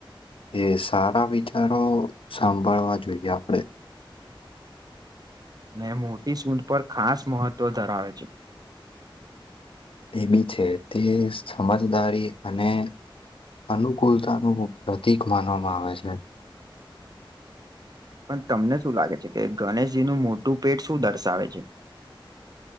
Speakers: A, on the left; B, on the right.
A: કે સારા વિચારો સાંભાળવા જોઈએ આપડે
B: ને મોટી સૂઢ પર ખાસ મહત્ત્વ ધરાવે છે.
A: એ બી છે તે સમજદારી અને અનુકૂળતાનું પ્રતિક માનવામાં આવે છે.
B: પણ તમને શું લાગે છે કે ગણેશજીનું મોટું પેટ શું દર્શાવે છે. <inaudible>